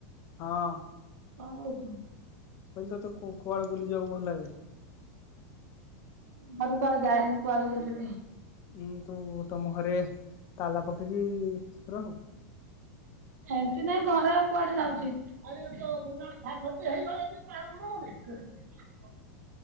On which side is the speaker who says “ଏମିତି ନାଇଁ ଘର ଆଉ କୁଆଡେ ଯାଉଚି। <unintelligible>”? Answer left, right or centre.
Right